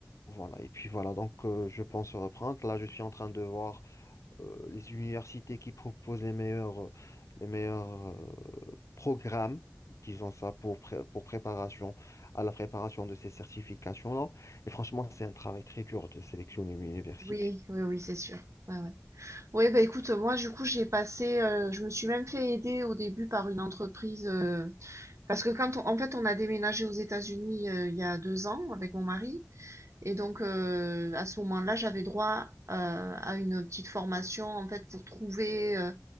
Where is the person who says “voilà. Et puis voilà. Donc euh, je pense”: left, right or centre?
Left